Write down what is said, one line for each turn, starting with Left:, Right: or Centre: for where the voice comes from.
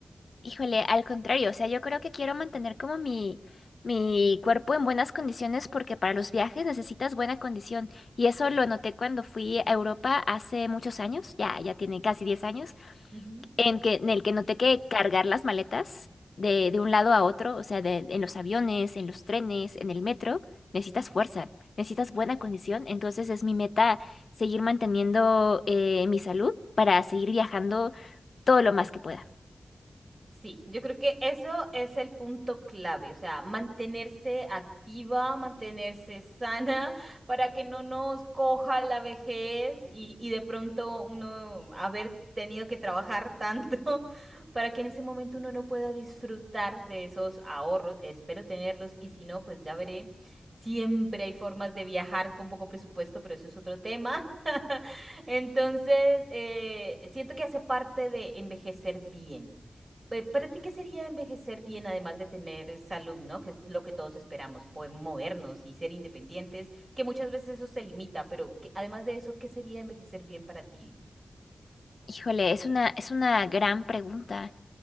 Left: Híjole, al contrario, o sea, yo creo que quiero mantener como mi, mi cuerpo en buenas condiciones porque para los viajes necesitas buena condición. Y eso
Right: Sí.
Left: lo noté cuando fui a Europa hace muchos años, ya, ya tiene casi 10 años,
Right: Ujú,
Left: en que, en el que noté que cargar las maletas de, de un lado a otro, o sea, de- en los aviones, en los trenes, en el metro, necesitas
Right: ujú.
Left: fuerza, necesitas buena condición. Entonces es mi meta seguir manteniendo eh, mi salud para seguir viajando todo lo más que pueda.
Right: Sí, yo creo que eso es el punto clave, o sea, mantenerse activa, mantenerse sana <laughs> para que no nos coja la vejez y, y de pronto uno haber tenido que trabajar tanto <laughs> para que en ese momento uno no pueda disfrutar de esos ahorros. Espero tenerlos y si no, pues ya veré. Siempre hay formas de viajar con poco presupuesto, pero eso es otro tema. <laughs> Entonces, eh, siento que hace parte de envejecer bien eh, ¿Para ti qué sería envejecer bien, además de tener salud, ¿no? Que es lo que todos esperamos, poder movernos y ser independientes, que muchas veces eso se limita, pero que- además de eso, ¿qué sería envejecer bien para ti?
Left: Híjole, es una, es una gran pregunta.